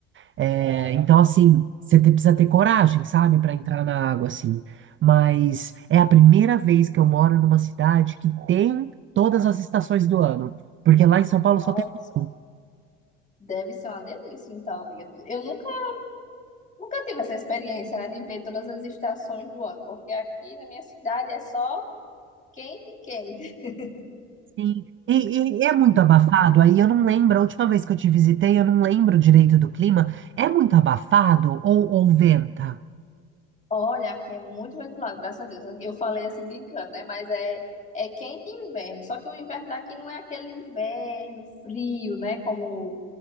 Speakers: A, on the right; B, on the left.
A: É, então, assim, você te- precisa ter coragem, sabe, para entrar na água, assim. Mas é a primeira vez que eu moro numa cidade que tem todas as estações do ano. Porque lá em São Paulo
B: Nossa.
A: só tem verão.
B: Deve ser uma delícia, então, amiga. Eu nunca, nunca tive essa experiência, né, de ver todas as estações do ano, porque aqui na minha cidade é só quente e quente. <laughs>
A: Sim. E, e é muito abafado. Aí eu não lembro, a última vez que eu te visitei, eu não lembro direito do clima. É muito abafado ou, ou venta?
B: Olha, aqui é muito ventilado, graças a Deus. Eu falei assim brincando, né, mas é, é quente e inverno. Só que o inverno daqui não é aquele inverno frio, né, como